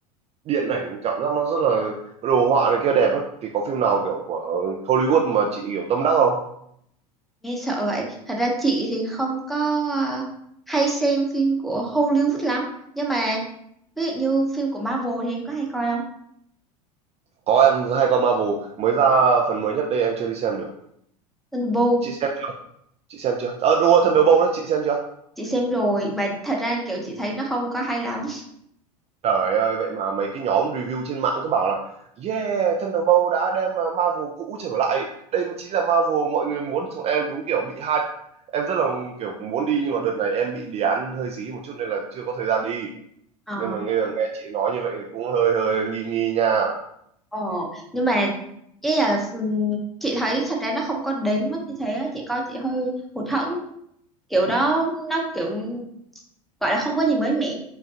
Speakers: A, on the right; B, in the centre.
A: điện ảnh cảm giác nó rất là đồ họa này kia đẹp á thì có phim nào kiểu của Hollywood mà chị kiểu tâm đắc không?
B: nghe sợ vậy thật ra chị thì không có ờ, hay xem phim của Hollywood lắm nhưng mà ví dụ như phim của Marvel thì em có hay coi không
A: Có em hay con Marvel mới ra phần mới nhất đây em chưa đi xem được.
B: Thunderbolt
A: chị xem chưa chị xem chưa ờ đúng rồi Thunderbolt đó chị xem chưa
B: chị xem rồi và thật ra kiểu chị thấy nó không có hay lắm
A: trời ơi vậy mà mấy cái nhóm review trên mạng cứ bảo là yeah Thunderbolt đã đem à, Marvel cũ trở lại đây mới chính là Marvel mọi người muốn xong em đúng kiểu bị hype em rất là kiểu muốn đi nhưng mà đợt này em bị đề án hơi dí một chút nên là chưa có thời gian đi
B: Ờ
A: nên mà nghe nghe chị nói như vậy cũng hơi hơi nghi nghi nha
B: ồ nhưng mà cái là ừm, chị thấy thật ra nó không có đến mức như thế á. chị coi chị hơi hụt hẫng kiểu đó nó kiểu gọi là không có gì mới mẻ